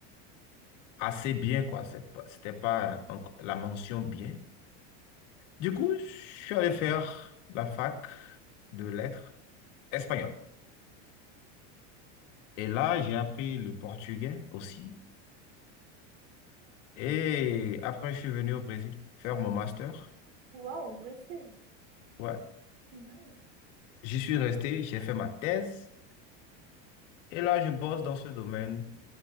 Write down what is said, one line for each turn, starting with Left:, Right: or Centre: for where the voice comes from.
Left: assez bien, quoi. C'est pas- C'était pas encore la mention bien. Du coup, je suis allé faire la fac de lettres espagnole. Et là, j'ai appris le portugais aussi. Et après, je suis venu au Brésil faire mon master.
Right: Wow, y
Left: Ouais.
Right: Nice.
Left: J'y suis resté, j'ai fait ma thèse et là, je bosse dans ce domaine.